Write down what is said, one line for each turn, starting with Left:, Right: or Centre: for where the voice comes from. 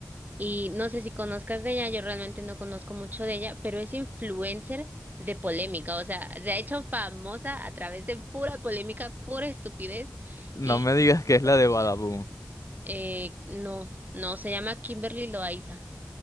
Right: Y no sé si conozcas de ella, yo realmente no conozco mucho de ella, pero es influencer de polémica, o sea, se ha hecho famosa a través de pura polémica, pura estupidez
Left: no
Right: y,
Left: me
Right: y
Left: digas que es
Right: tonterías.
Left: la de Badaboom.
Right: eh, no, no, se llama Kimberly Loaiza,